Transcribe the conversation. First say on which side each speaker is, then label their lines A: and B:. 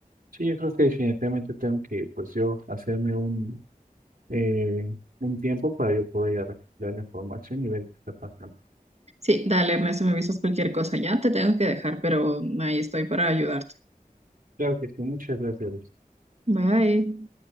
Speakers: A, on the right; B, on the right.
A: Sí, yo creo que definitivamente tengo que, pues yo, hacerme un, eh, un tiempo para yo poder ir a recopilar la información y ver qué está pasando.
B: Sí, dale, Ernesto, me avisas cualquier cosa ya, te tengo que dejar, pero ahí estoy para ayudarte.
A: Claro que sí, muchas gracias.
B: Bye.